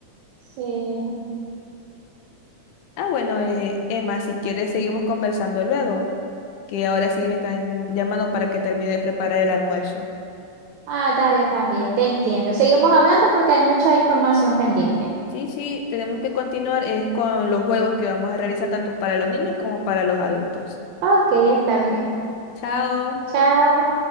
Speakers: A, on the right; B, on the left.
A: Sí.
B: Ah, bueno, eh, Emma, si quieres seguimos conversando luego, que ahora sí me están llamando para que termine de preparar el almuerzo.
A: Ah, dale, también, te entiendo. Seguimos hablando porque hay mucha información pendiente.
B: Sí, sí, tenemos que continuar es con los juegos que vamos a realizar tanto para los niños como para los adultos.
A: Ok, está bien.
B: Chao.
A: Chao.